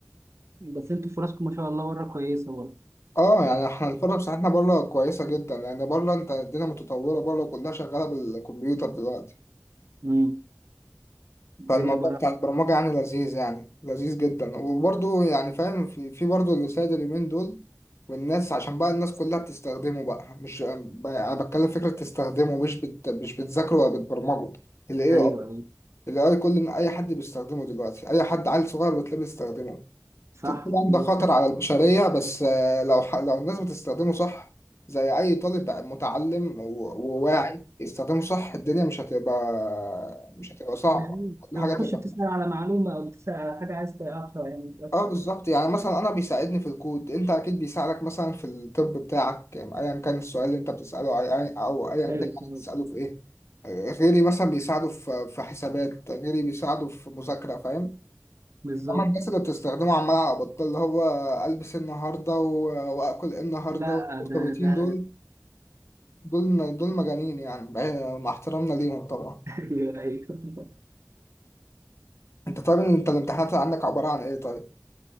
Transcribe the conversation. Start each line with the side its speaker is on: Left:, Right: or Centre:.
Right: بس أنتوا فرصكم ما شاء الله بره كويسة برضه
Left: اه يعني احنا الفرق بتاعتنا بره كويسه جدا لان بره انت الدنيا متطوره بره كلها شغاله بالكمبيوتر دلوقتي
Right: مم. الدنيا
Left: فالموضوع
Right: بره
Left: بتاع البرمجه يعني لذيذ يعني لذيذ جدا وبرضه يعني فاهم في, في برضه اللي سايد اليومين دول والناس عشان بقى الناس كلها بتستخدمه بقى مش ب- انا بتكلم فكره تستخدمه مش بت... مش بتذاكره ولا بتبرمجه ال AI
Right: ايوه ايوه
Left: الاي كل اي حد بيستخدمه دلوقتي اي حد عيل صغير بتلاقيه بيستخدمه
Right: صح
Left: ت- طبعا
Right: مستشفى
Left: ده خطر على البشرية بس آه، لو ح- لو الناس بتستخدمه صح زي أي طالب متعلم و- وواعي يستخدمه صح الدنيا مش هتبقى مش هتبقى صعبة
Right: يعني
Left: كل
Right: لما
Left: حاجة
Right: تخش
Left: هتبقى
Right: بتسأل على معلومة أو بتسأل على حاجة عايز تعرفها يعني مش أكتر
Left: اه بالظبط يعني مثلا أنا بيساعدني في الكود أنت أكيد بيساعدك مثلا في الطب بتاعك أيا كان السؤال اللي أنت بتسأله أي- أو أيا
Right: أيوه
Left: كان
Right: تمام
Left: يعني بتسأله في إيه آه، غيري مثلا بيساعده في في حسابات غيري بيساعده في مذاكرة فاهم
Right: بالظبط
Left: انما الناس اللي بتستخدمه عمال على بطال اللي هو البس إيه النهارده و- واكل إيه النهارده
Right: لا
Left: والمرتبطين
Right: ده ده
Left: دول دول دول مجانين يعني بعيد- مع احترامنا ليهم طبعا
Right: <laughs> أيوه أيوه
Left: انت طيب انت الامتحانات اللي عندك عباره عن ايه طيب؟